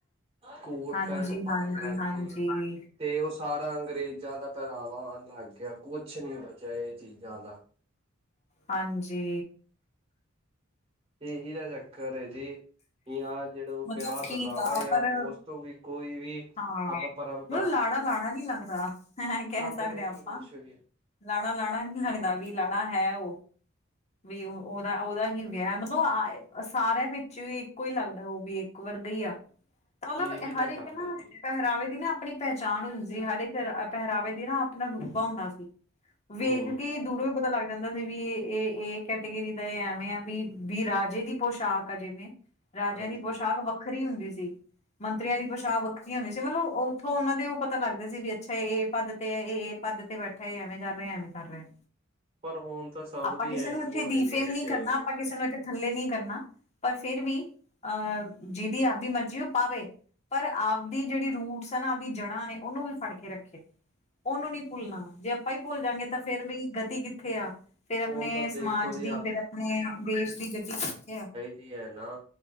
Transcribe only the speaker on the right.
ਕੋਟ
ਪੈਂਟ ਪਾਨ
ਲਾਗੇ।
ਤੇ ਓ ਸਾਰਾ ਅੰਗਰੇਜ਼ਾਂ ਦਾ ਪੈਰਾਵਾ ਆਣ ਲਾਗੇਆ ਕੁਛ ਨੀ ਬਚੇਆ ਏ ਚੀਜ਼ਾਂ ਦਾ
ਏਹੀ ਦਾ ਚੱਕਰ ਐ ਜੀ। ਜਾਂ ਜੇੜਾ ਓ
ਵਿਆਹ ਦਾ
ਲਾੜਾ
ਯਾਂ
ਓਸ ਤੋਂ ਵੀ ਕੋਈ ਵੀ
ਆਪਾਂ ਪਰਮ
ਲੱਗਦਾ
ਹੀ
ਨੀ
ਕੁਛ ਵੀ
ਇਹੀ ਤਾਂ
ਗੱਲ
ਹੈ ਜੀ
ਹਮ
ਹਾਂਜੀ
ਪਰ ਹੁਣ ਤਾਂ ਸਭ
ਦੀ
ਐਨੀ
ਹੋਈ
ਪਈ
ਸੇਮ
ਹੁਣ ਤਾਂ
ਦੇਖੋ ਜੀ
ਐ ਨਾ